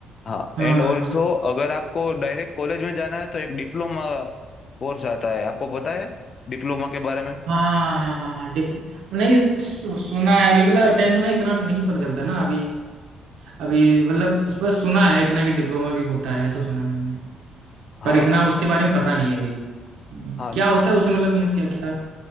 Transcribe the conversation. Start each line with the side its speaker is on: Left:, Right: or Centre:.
Left: हाँ
Right: हाँ
Left: एंड ऑल्सो अगर आपको डायरेक्ट कॉलेज में जाना है तो एक डिप्लोमा कोर्स आता है आपको पता है डिप्लोमा के बारे में
Right: हाँ हाँ, डिप नहीं सु- सुना है अभी मतलब टेंथ में इतना नहीं पता चलता ना अभी अभी मतलब इस पर सुना है इतना कि डिप्लोमा भी होता है ऐसा सुना है मैंने
Left: हाँ
Right: पर इतना उसके बारे में पता नहीं है अभी हम्म।
Left: हाँ
Right: क्या होता है उसमें मतलब मीन्स क्या क्या